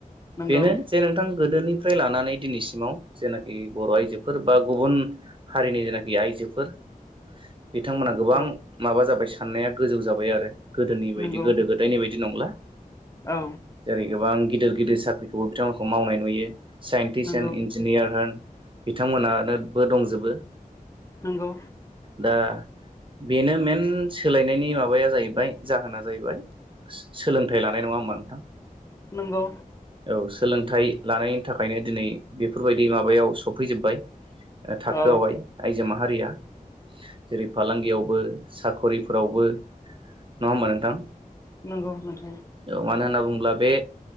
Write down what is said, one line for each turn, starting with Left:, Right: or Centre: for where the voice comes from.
Left: नंगौ
Right: बेनो जे नोंथां गोदोनिफ्राय लानानै दिनैसिम सिमाव जेनाखि बर' आइजोफोर बा गुबुन हारिनि जेनाखि आइजोफोर बिथांमोनहा गोबां
Left: औ
Right: माबा जाबाय साननाया गोजौ जाबाय आरो गोदोनि बायदि
Left: नंगौ
Right: गोदो गोद दायनि बायदि नंला।
Left: औ।
Right: जेरै गोबां गिदिर गिदिर साख्रिखौबो बिथांमोनखौ मावनाय नुयो साइन्टिस्ट
Left: नंगौ
Right: एण इन इन्जिनियार होन बिथांमोनहानो बो दंजोबो।
Left: नोंगौ।
Right: दा बेनो मेन सोलायनायनि माबाया जाहैबाय जाहोना जाहैबाय सोलोंथाइ लानाय नङा होमबा नोंथां?
Left: नोंगौ
Right: औ सोलोंथाइ लानायनि थाखायनो दिनै बेफोरबायदि माबायाव सौफैजोब्बाय थाखोआवहाय
Left: औ
Right: आइजो माहारिया जेरै फालांगियावबो साखरिफोरावबो नङा होमबा नोंथां?
Left: नंगौ नोंथां
Right: औ मानो होनना बुङोब्ला बे